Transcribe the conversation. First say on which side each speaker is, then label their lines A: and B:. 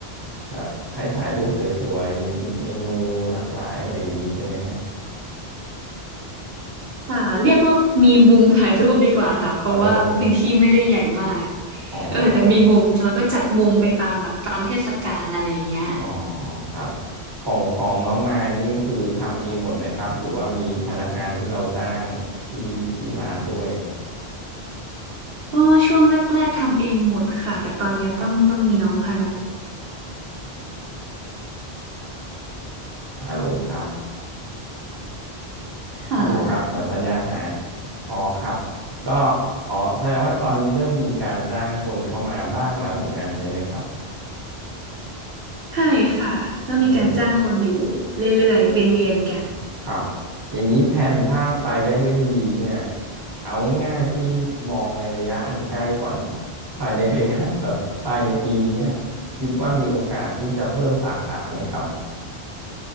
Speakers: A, on the right; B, on the right.
A: แบบให้ถ่ายรูปสวยๆมีเมนูหลากหลายอะไรอย่างนี้ใช่ไหมฮะ
B: ค่ะเรียกว่ามีมุมถ่ายรูปดีกว่าค่ะเพราะว่าพื้นที่ไม่ได้ใหญ่มาก
A: อ๋อเริ่มอ๋อ
B: เออแต่มีมุมเราก็จัดมุมไปตามแบบตามเทศกาลอะไรอย่างเงี้ย
A: อ๋อครับของของน้องมายนี่คือทำเองหมดไหมครับหรือว่ามีพนักงานที่เราจ้างที่ที่ร้านด้วย
B: ก็ช่วงแรกๆทำเองหมดค่ะแต่ตอนเนี้ยต้องต้องมีน้องพนัก
A: ฮัลโหลครับ
B: ค่ะ
A: ฮัลโหลครับเหมือนสัญญาณหายอ๋อครับก็อ๋อแสดงว่าตอนนี้เริ่มมีการจ้างคนเข้ามาบ้างแล้วเหมือนกันใช่ไหมครับ
B: ใช่ค่ะต้องมีการจ้างคนอยู่
A: อืม
B: เรื่อยๆเวียนๆกัน
A: ครับอย่างนี้แผนถ้าไปได้ด้วยดีเนี่ยเอาง่ายๆพี่มองในระยะอันใกล้ก่อนภายในระยะ <laughs> แบบภายในปีเนี้ยคิดว่ามีโอกาสที่จะเพิ่มสาขาไหมครับ